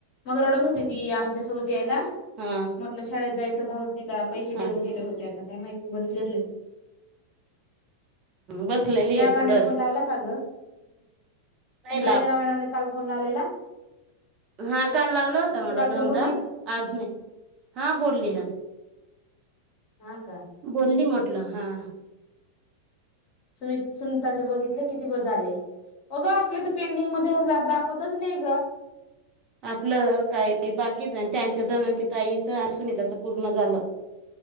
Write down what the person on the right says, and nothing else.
हा
हा
बसलेली
आहे पुढंच
नाही
हां काल लावला होता मला
दोनदा
आज नाही हां बोलली ना.
बोलली म्हटलं हां.
आपलं काय बाकीच आणि त्याचं धनवंती ताईच आणि सुनीताच पूर्ण झालं.